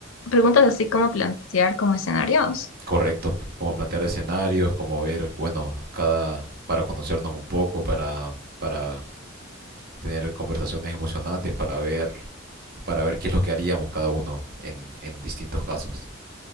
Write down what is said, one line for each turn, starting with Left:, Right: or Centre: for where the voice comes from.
Left: preguntas así como plantear como escenarios.
Right: Correcto, como plantear escenarios, como ver, bueno, cada, para conocernos un poco, para, para tener conversaciones emocionantes, para ver, para ver qué es lo que haríamos cada uno en, en distintos casos.